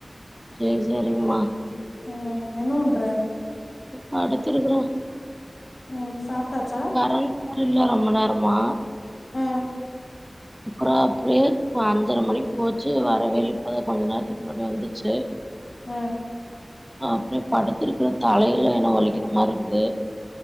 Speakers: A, in the centre; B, on the left.
A: செரி செரி செரிங்மா
B: ம் என்ன பண்ற
A: படுத்து இருக்கறே
B: ம் சாப்டாச்சா
A: கரண்ட் இல்ல ரொம்ப நேரமா
B: ஆ
A: அப்புறம் அப்டியே அஞ்சர மணிக்கு போச்சு வரவே இல்ல இப்பத கொஞ்ச நேரத்துக்கு முன்னாடி வந்துச்சு
B: ஆ
A: அப்படியே படுத்திருக்கிற தலையல்லாம் ஏனோ வலிக்கிறா மாரி இருக் குது